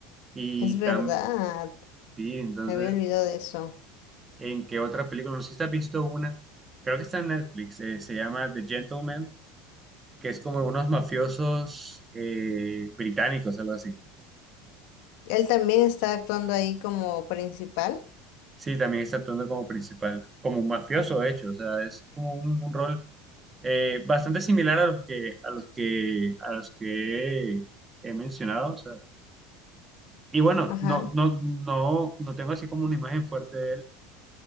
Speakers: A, on the right; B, on the left.
A: Y
B: Es verdad.
A: tan, sí, entonces,
B: Me había olvidado de eso.
A: ¿en qué otra película? No sé si te has visto una, creo que está en Netflix, eh, se llama The Gentleman, que es como unos mafiosos eh, británicos, algo así.
B: Él también está actuando ahí como principal.
A: Sí, también está actuando como principal, como un mafioso, de hecho. O sea, es como un, un rol eh, bastante similar a los que, a los que, a los que he mencionado. O sea. Y bueno,
B: Ajá.
A: no, no, no, no tengo así como una imagen fuerte de él